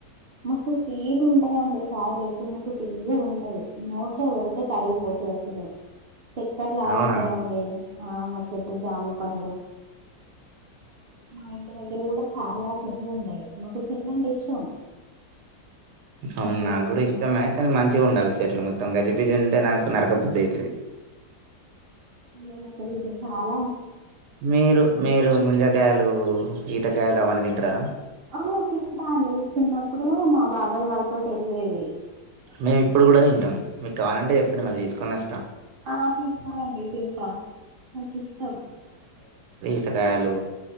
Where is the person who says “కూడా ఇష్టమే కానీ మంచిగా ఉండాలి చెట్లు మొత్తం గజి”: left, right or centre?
Right